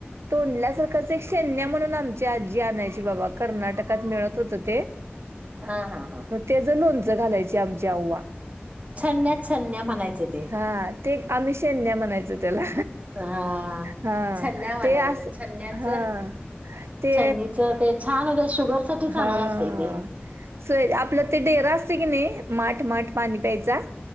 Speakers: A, on the right; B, on the right.
A: तोंडल्यासारखाच एक शैन्या म्हणून आमची आजी आणायची बाबा कर्नाटकात मिळतं होतं ते
B: हां हां हां
A: मग तेच लोणचं घालायची आमच्या अव्वा
B: छन्या छन्या म्हणायचं. ते
A: हा ते आम्ही शैन्या म्हणायचो त्याला
B: हा
A: हा
B: छन्या म्हणायचं
A: ते अस
B: छन्याच
A: हा ते
B: छन्नीच ते छान होत शुगर साठी
A: हां.
B: चांगलं असत इथे
A: आपलं ते डेरा असते की नाही माठ पाणी प्यायचा.